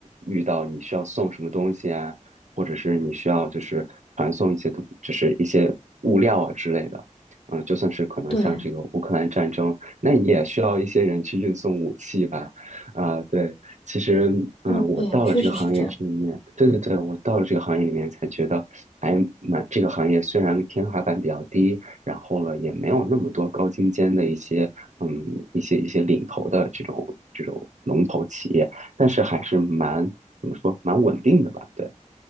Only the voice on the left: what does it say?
对，
哦，
对，确实是这样。